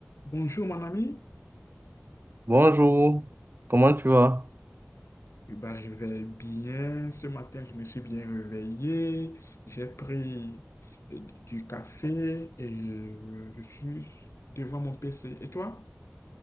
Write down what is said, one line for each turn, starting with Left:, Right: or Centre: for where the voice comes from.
Left: Bonjour mon ami,
Right: Bonjour, comment tu vas?
Left: Eh ben, je vais bien. Ce matin, je me suis bien réveillé. J'ai pris euh, du café et euh, je suis devant mon PC. Et toi?